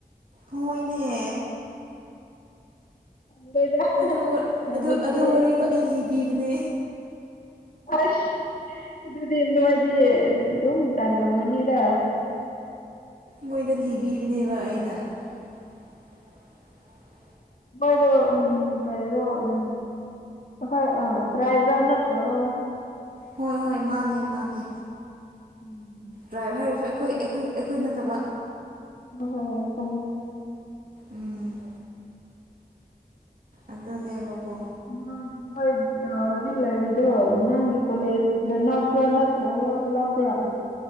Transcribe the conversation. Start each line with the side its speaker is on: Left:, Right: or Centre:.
Right: ꯍꯣꯏꯅꯦ꯫
Left: <inaudible>
Right: ꯑꯗꯨ
Left: ꯍꯧꯖꯤꯛꯇꯤ
Right: ꯑꯗꯨ ꯑꯗꯨ ꯋꯥꯔꯤꯗꯣ ꯑꯩ ꯂꯤꯕꯤꯕꯅꯦ꯫
Left: ꯑꯁ ꯑꯗꯨꯗꯤ ꯅꯣꯏꯗꯤ ꯑꯗꯨꯝ ꯇꯟꯂꯝꯒꯅꯤꯗ꯫
Right: ꯃꯣꯏꯗ ꯂꯤꯕꯤꯕꯅꯦꯕ ꯑꯩꯅ꯫ <unintelligible>
Left: ꯃꫭꯏꯗꫭ ꯎꯝ ꯀꯔꯤꯔꯣ ꯎꯝ ꯑꯈꫭꯏ ꯑꯥ ꯇ꯭ꯔꯥꯏꯕꯔ ꯅꯠꯇ꯭ꯔꯒ
Right: ꯍꯣꯏ ꯍꯣꯏ ꯃꯥꯅꯦ ꯃꯥꯅꯦ꯫
Left: ꯎꯝ꯫
Right: ꯇ꯭ꯔꯥꯏꯕ ꯍꯥꯏꯔꯁꯨ ꯑꯩꯈꯣꯏ ꯑꯩꯈꯣꯏ ꯑꯩꯈꯣꯏ ꯅꯠꯇꯕ꯫
Left: <inaudible>
Right: ꯎꯝ꯫ ꯑꯗꯨꯅꯦꯕꯀꯣ꯫
Left: ꯅꯪ ꯅꫭꯏ ꯖꯤꯛ ꯂꯩꯔꯤꯗꯣ ꯅꯪꯒꯤ ꯀꯣꯂꯦꯁꯒ ꯅꯛ ꯄ꯭ꯔ ꯅꯠꯇ꯭ꯔꯒ ꯂꯥꯞꯄ꯭ꯔꯥ꯫